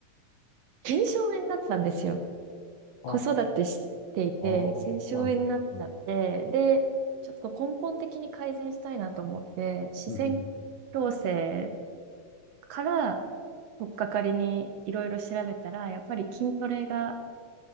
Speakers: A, on the right (about 70°); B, on the left (about 65°).
A: 腱鞘炎だったんですよ。
B: あ、
A: 子育てしていて、
B: ああ、
A: 腱鞘炎になっちゃって、
B: はいはいふい。
A: で、ちょっと根本的に改善したいなと思って、視線
B: ふんふん
A: 矯正から取っかかりにいろいろ調べたら、やっぱり筋トレが、